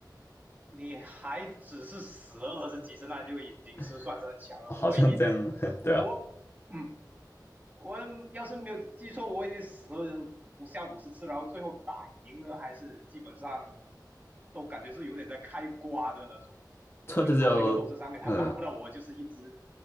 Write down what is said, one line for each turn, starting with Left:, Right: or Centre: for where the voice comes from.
Right: 你还只是死了二十几次，那就已经是算是很强了。
Left: <laughs> 好像这样，
Right: 我一
Left: <laughs> 对啊，
Right: 我嗯，我要是没有记错，我已经死了不下五十次，然后最后打赢了，还是基本上都感觉是有点在开挂的那种，
Left: 他就是要嗯，
Right: 就跑到一个楼层上面，他打不到我，就是一直